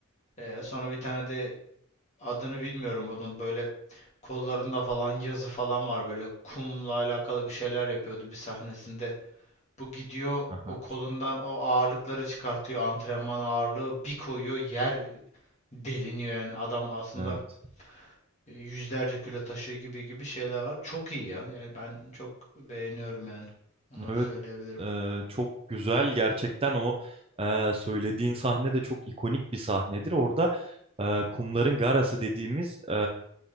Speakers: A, on the left (about 35°); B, on the right (about 25°).
A: Ee, sonra bir tane de adını bilmiyorum onun böyle kollarında falan yazı falan var böyle kumla alakalı bir şeyler yapıyordu bir sahnesinde. Bu gidiyor
B: Aha,
A: o kolundan o ağırlıkları çıkartıyor antrenman ağırlığı bir koyuyor yer deliniyor yani adam aslında
B: evet.
A: e, yüzlerce kilo taşıyor gibi gibi şeyler var. Çok iyi ya. Yani ben çok beğeniyorum yani. Onları
B: Evet,
A: söyleyebilirim.
B: e, çok güzel gerçekten o e, söylediğin sahne de çok ikonik bir sahnedir. Orada e, kumların garası dediğimiz e,